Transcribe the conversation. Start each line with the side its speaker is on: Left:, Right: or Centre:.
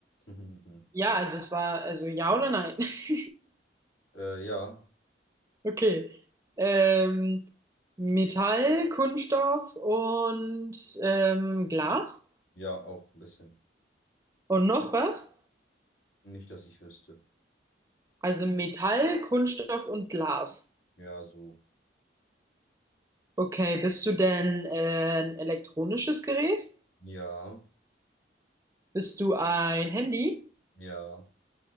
Left: <laughs>
Right: Ja, also es war, also ja oder nein? <laughs>
Left: äh, ja,
Right: Okay. Ähm, Metall, Kunststoff und ähm, Glas.
Left: ja, auch ein bisschen.
Right: Und noch was?
Left: Nicht, dass ich wüsste.
Right: Also Metall, Kunststoff und Glas.
Left: Ja, so.
Right: Okay, bist du denn äh, ein elektronisches Gerät?
Left: Ja,
Right: Bist du ein Handy?
Left: ja.